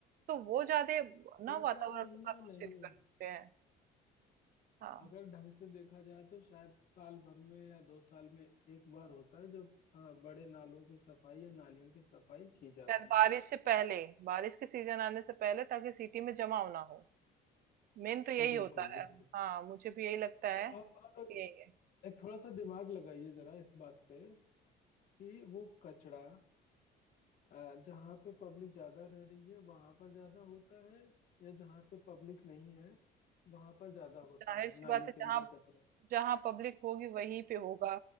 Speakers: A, on the right (about 60°); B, on the left (about 60°).
A: तो वो ज्यादा ना
B: तीन
A: वातावरण
B: चार महीना
A: को प्रदूषित
B: नहीं
A: करते हैं हाँ
B: अगर ढंग से देखा जाए तो शायद साल भर में या दो साल में एक बार होता है जब अ, बड़े नालों की सफाई या नालियों की सफाई की जाती
A: शायद बारिश
B: है
A: से पहले बारिश के सीजन आने से पहले ताकि सिटी में जमाव ना हो मेन तो यही
B: बिल्कुल
A: होता
B: बिल्कुल
A: है हाँ मुझे भी यही लगता
B: तो
A: है कि
B: आप आप एक,
A: यही है
B: एक थोड़ा सा दिमाग लगाइए जरा इस बात पे कि वो कचरा अ, जहाँ पे पब्लिक ज्यादा रह रही है वहां पर ज्यादा होता है या जहाँ पे पब्लिक नहीं है वहां पर ज्यादा होता
A: जाहिर
B: है
A: सी
B: नाली
A: बात है
B: के
A: जहाँ
B: अंदर कचरा
A: जहाँ पब्लिक होगी वहीं पे होगा